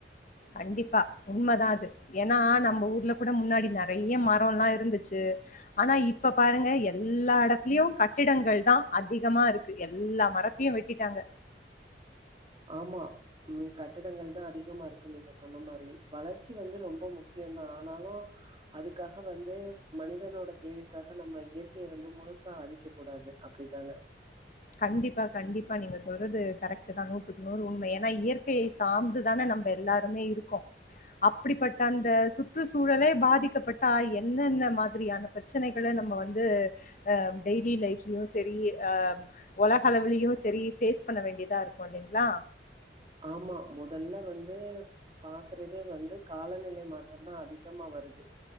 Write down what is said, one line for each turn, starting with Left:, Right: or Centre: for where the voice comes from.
Left: கண்டிப்பா உண்மதா அது ஏனா நம்ப ஊர்ல கூட முன்னாடி நறைய மரோல்லா இருந்துச்சு ஆனா இ இப்ப பாருங்க எல்லா எடத்துலயு கட்டிடங்கள் தா அதிகமா இருக்கு எல்லா மரத்தையு வெட்டிட்டாங்க
Right: ஆமா ம் கட்டிடங்கள் தா அதிகமா இருக்கு நீங்க சொன்ன மாரி வளர்ச்சி வந்து ரொம்ப முக்கியோந்தா ஆனாலு அதுக்காக வந்து மனிதனோட தேவைக்காக நம்ம இயற்கைய வந்து முழுசா அழிக்க கூடாது அப்டித்தான
Left: கண்டிப்பா கண்டிப்பா நீங்க சொல்றது கரெக்ட்டு தா நூத்துக்கு நூறு உண்ம ஏனா இயற்கை சார்ந்துதான நம்ப எல்லாருமே இருக்கோ அப்டிப்பட்ட அந்த சுற்றுச்சூழலே பாதிக்கப்பட்டா என்னென்ன மாத்ரியான பிரச்சனைகளை நம்ம வந்து ஆஹ் டெய்லி லைஃப்லயும் செரிஹ உலக அளவுலயு செரி பேஸ் பண்ண வேண்டியதா இருக்கு இல்லிங்ளா
Right: ஆமா மொதல்ல வந்து பாக்குறதே வந்து காலநிலை மாற்றம்தா அதிகமா வருது